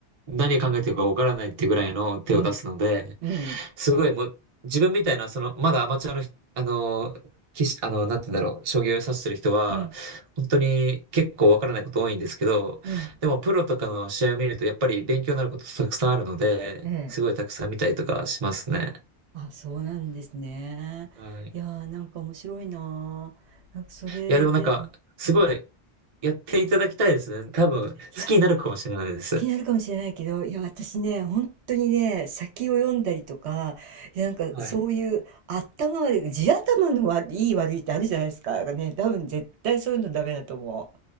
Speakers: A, on the right; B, on the right.
A: 何考えてるかわからないっていうぐらいの手を出すので、
B: うん、うん、
A: すごいもう、自分みたいな、その、まだアマチュアのひ、あのー、棋士、あの、なんて言うんだろう、将棋を指してる人は、
B: うん、
A: 本当に結構わからないこと多いんですけど、
B: うん、
A: でもプロとかの試合を見ると、やっぱり勉強になることたくさんあるので、
B: ええ。
A: すごいたくさん見たりとかしますね。
B: あ、そうなんですね。
A: はい。い
B: いやー、なんか面白いなー。なんかそれで、
A: や、でもなんか、
B: うん、
A: すごい、
B: うん。
A: やっていただきたいですね。多分、
B: いや
A: 好きになるかもしれないです。
B: 好きになるかもしれないけど、いや、私ね、本当にね、先を読んだりとか、いや、なんかそういう頭悪い地頭の悪い、
A: はい。
B: いい悪いってあるじゃないですか。なんかね、多分絶対そういうのダメだと思う。